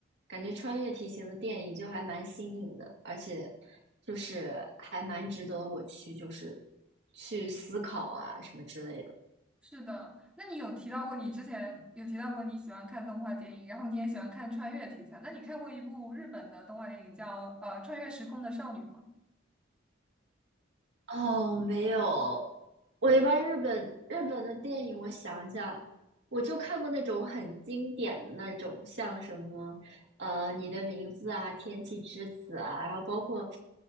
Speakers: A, on the right; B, in the centre.
A: 感觉穿越题型的电影就还蛮新颖的，而且就是还蛮值得我去就是去思考啊什么之类的。
B: 是的，那你有提到过，你之前有提到过你喜欢看动画电影，然后你也喜欢看穿越题材。那你看过一部日本的动画电影叫呃《穿越时空的少女》吗？
A: 哦，没有，我一般日本日本的电影，我想一下，我就看过那种很经典的那种，像什么呃《你的名字》啊，《天气之子》啊，然后包括